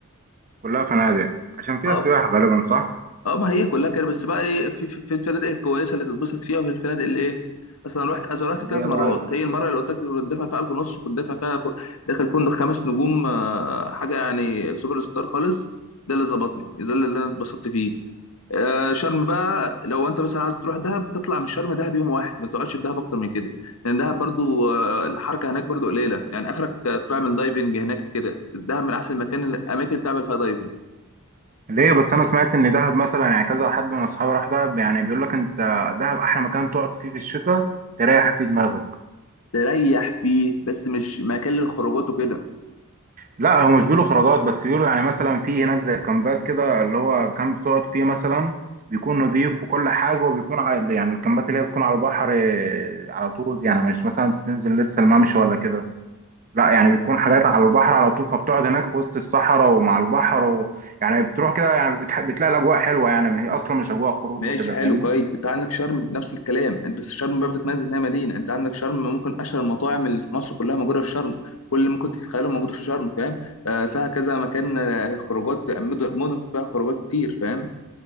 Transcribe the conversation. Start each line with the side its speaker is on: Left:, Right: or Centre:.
Right: كلها فنادق عشان فيها
Left: اه
Right: سياح غالبا صح
Left: اه ما هي كلها كده بس بقى ايه في في, في الفنادق الكويسه اللي تتبسط فيها وفي الفنادق اللي ايه اصل انا رحت اصل رحت
Right: اللي
Left: ثلاث
Right: هي
Left: مرات
Right: بقى
Left: هي المره اللي قلت لك كنت دافع فيها 1000 ونص كنت دافع فيها فوق داخل فندق خمس نجوم آه، حاجه يعني سوبر ستار خالص ده اللي ظبطني ده اللي اللي انا اتبسطت فيه آه، شرم بقى لو انت مثلا عايز تروح دهب تطلع من شرم دهب يوم واحد ما تقعدش في دهب اكتر من كده لان دهب برضو آه، الحركه هناك برضو قليله يعني اخرك آه، تعمل دايفنج هناك كده دهب من احسن المكان الاماكن اللي تعمل فيها دايفنج
Right: ليه بس انا سمعت ان دهب مثلا يعني كذا حد من اصحابي راح دهب يعني بيقول لك انت دهب احلى مكان تقعد فيه في الشتاء تريح فيه دماغك
Left: تريح فيه بس مش مكان للخروجات وكده
Right: لا هو مش بيقولوا خروجات بس بيقولوا يعني مثلا في هناك زي الكامبات كده اللي هو كامب بتقعد فيه مثلا بيكون نضيف وكل حاجه وبيكون على يعني الكامبات اللي هي بتكون على البحر آه، على طول يعني مش مثلا تنزل لسه الممشى ولا كده لا يعني بيكون حاجات على البحر على طول فبتقعد هناك في وسط الصحراء ومع البحر و... يعني بتروح كده يعني بتح... بتلاقي الاجواء حلوه يعني هي اصلا مش اجواء خروج
Left: ماشي
Right: وكده
Left: حلو
Right: فاهمني
Left: كويس انت عندك شرم نفس الكلام انت بس شرم بقى بتتميز انها مدينه انت عندك شرم ممكن اشهر المطاعم اللي في مصر كلها موجوده في شرم كل اللي ممكن تتخيله موجود في شرم فاهم آه فيها كذا مكان آه، خروجات آه، مدن مدن فيها خروجات كتير فاهم